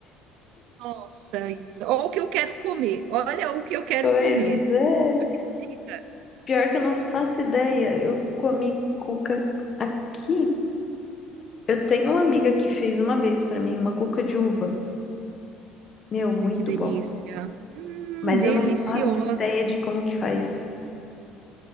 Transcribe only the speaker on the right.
Nossa, Isa. Olha o que eu quero comer. Olha o que eu quero
comer. Você
acredita?
Ai, que delícia.
Hum,
deliciosa.